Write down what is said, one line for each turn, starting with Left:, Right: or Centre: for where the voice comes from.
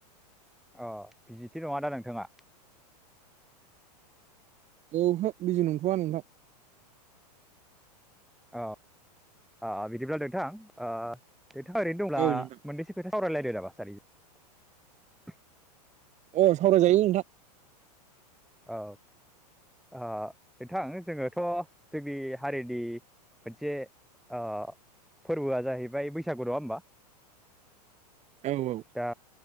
Centre: अ बिजिथ नङ दा नोंथाङा?
Right: औ हो बिजि नंथ'वा नोंथां <inaudible>
Centre: औ ओ बिदिब्ला नोंथां ओ नोंथांआ ओरै दंब्ला
Right: औ नोंथां
Centre: मोननैसो खोथा सावरायलायदो नामा सानैजों
Right: अ सावरायजायो नोंथां।
Centre: औ ओ नोंथां जोङोथ' जोंनि हारिनि मोनसे ओ फोरबोआ जाहैबाय बैसागु नङा होमबा? <inaudible>
Right: औ
Centre: दा